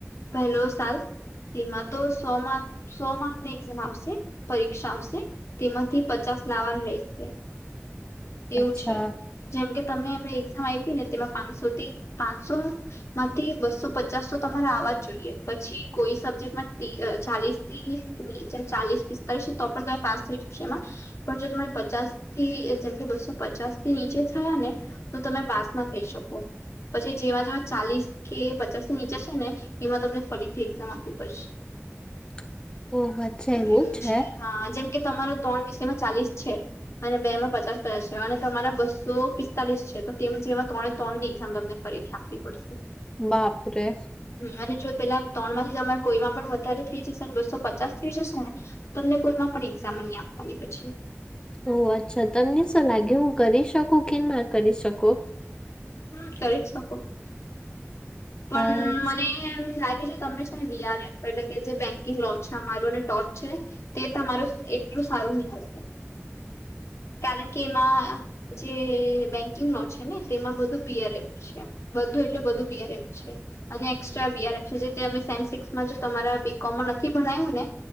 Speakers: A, on the left; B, on the left.
A: પહેલો સાલ તેમાં તો સોમાં સો માર્કની એક્ઝામ આવશે, પરીક્ષા આવશે. તેમાંથી પચાસ લાવાનું રેશે. એવું
B: અચ્છા
A: છે. જેમ કે તમે હમણાં એક્ઝામ આપી ને તેમાં પાંચસો થી પાંચસો માંથી બસો પચાસ તો તમારે આવવા જ જોઈએ. પછી કોઈ સબ્જેક્ટમાં તી અ ચાલીસથી જેમ ચાલીસ પિસ્તાલીસ તો પણ તમે પાસ થઈ શકશો એમાં પણ જો તમારે પચાસથી જેકે બસો પચાસ થી નીચે થયા ને તો તમે પાસ ના થઈ શકો પછી જેમાં જેમાં ચાલીસ કે પચાસ ની નીચે છે ને એમાં તમને ફરીથી એક્ઝામ આપવી પડશે
B: <inaudible> ઓહ અચ્છા
A: એવું
B: છે
A: છા. હા, જેમ કે તમારો તણ વિષયમાં ચાલીસ છે અને બેમાં પચાસ થયા છે અને તમારા બસો પિસ્તાલીસ છે તો તેમ જેમાં ત્રણે ત્રણની એક્ઝામ તમને ફરીથી આપ આપવી પડશે.
B: બાપ રે!
A: હમ અને જો પેલા ત્રણમાંથી તમે કોઈમાં પણ વધારે થઈ જશેને બસો પચાસ થઈ જશે ને તમને કોઈમાં પણ એક્ઝામા ની આપવાની પછી.
B: ઓહ! અચ્છા. તમને શું લાગે હું કરી શકું કે ના કરી સકો?
A: હમ્મ, કરી જ શકો. પન
B: હા
A: મને એમ લાગે છે તમે વીઆર એફ એટલે કે જે બેંકિંગ લો છા અમારું ને ટોચ છે. તે તમારું એટલું સારું ની હોસે. કારણ કે એમાં જે બેંકિંગ લો છે ને તેમાં બધું બીઅઆરએફ છે બધું એટલે બધું બીઆરએફ. છે અને એક્સ્ટ્રા બીઆરએફ જે તેમ સેમ સીક્સમાં જે તમારા બીકોમમાં નથી ભણાયવુ ને